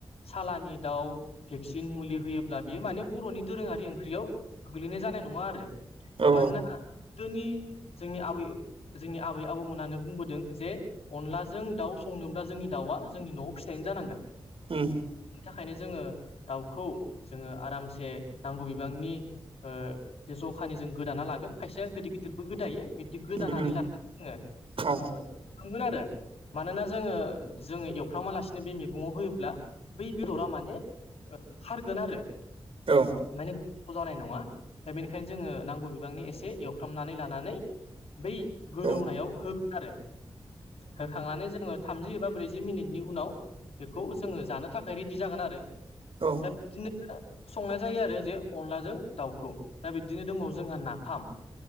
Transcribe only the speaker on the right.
औ
उम ।
उम उम
औ
औ
औ
औ